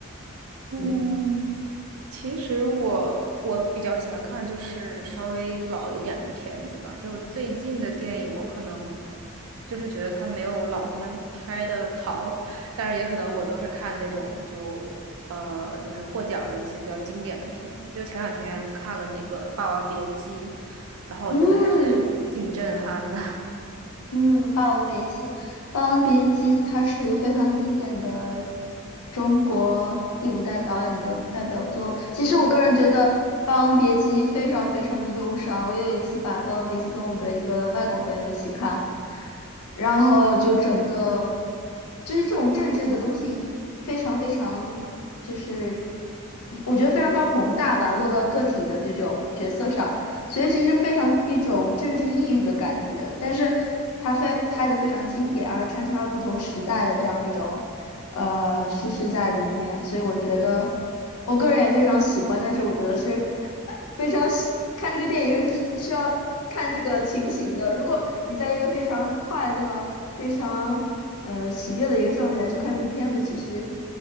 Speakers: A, on the right; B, on the left.
A: <laughs> 嗯。
B: 嗯。
A: 其实我我比较喜欢看就是稍微老一点的片子吧，就最近的电影我可能就是觉得它没有老片拍的好，但是也可能我都是看那种就呃就是获奖的一些比较经典的片子，就前两天看了那个《霸王别姬》，然后我觉得还是挺震撼的。
B: 嗯，
A: <laughs>
B: 嗯，《霸王别姬》，《霸王别姬》它属于非常经典的中国第五代导演的代表作。其实我个人觉得《霸王别姬》非常非常的忧伤。我有一次把《霸王别姬》跟我的一个外国朋友一起看，然后就整个就是这种政治的东西一非常非常就是我觉得非常非常宏大吧，落到个体的这种角色上。所以其实非常一种政治抑郁的感觉，但是它非拍的非常经典，而穿插了不同时代的这样一种呃叙事在里面，所以我觉得我个人也非常喜欢，但是我觉得是非常喜看这个电影是需要看这个情形的，如果你在一个非常快乐、非常呃喜悦的一个状态下去看这个片子，其实